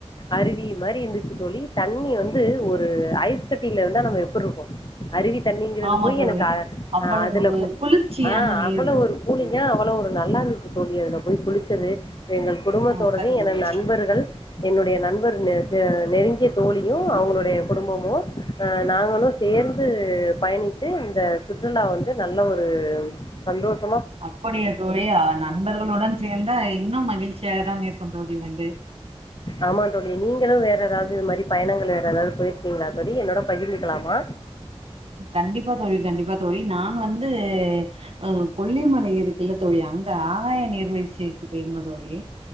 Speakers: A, on the left; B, on the right.
A: அருவி மாரி இருந்துச்சு தோழி தண்ணி வந்து ஒரு ஐஸ் கட்டில இருந்தா நம்ம எப்படி இருக்கு அருவி தண்ணிங்கறது
B: ஆமா
A: போய்
B: தோழி
A: எனக்கு
B: அவ்வளவு
A: அதுல போய்
B: குளிர்ச்சியான
A: ஆஹ்
B: நீர்
A: அவ்வளோ ஒரு கூலிங்கா
B: ம்
A: அவ்வளோ ஒரு நல்லா இருந்துச்சு தோழி அதுல போய் குளிச்சது எங்கள் குடும்பத்தோடவே
B: ஆ சரிங்க
A: எனது நண்பர்கள் என்னுடைய நண்பர் நெருங்கிய நெருங்கிய தோழியும் அவங்களுடைய குடும்பமும் நாங்களும் சேர்ந்து பயணித்து இந்த சுற்றுலா வந்து நல்ல ஒரு சந்தோஷம்
B: அப்படிய தோழி நண்பர்களுடன் சேர்ந்த இன்னும் மகிழ்ச்சியாக தான் இருக்கும் தோழி வந்து
A: ஆமா தோழி நீங்களும் வேற ஏதாவது இது மாதிரி பயணங்கள் வேற ஏதாவது போயிருக்கீங்களா தோழி என்னோட பகிர்ந்துக்கலாமா
B: கண்டிப்பா தோழி கண்டிப்பா தோழி நான் வந்து ஆஹ் <unintelligible> கொல்லிமலை இருக்குல்ல தோழி அங்க ஆகாய நீர்வீழ்ச்சிக்கு பெயிருந்தோம் தோழி